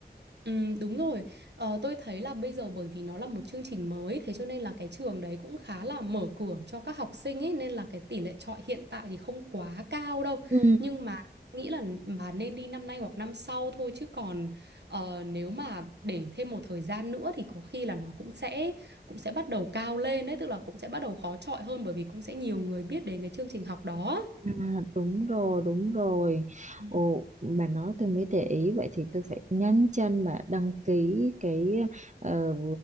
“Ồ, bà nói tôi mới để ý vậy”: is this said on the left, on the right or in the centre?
Right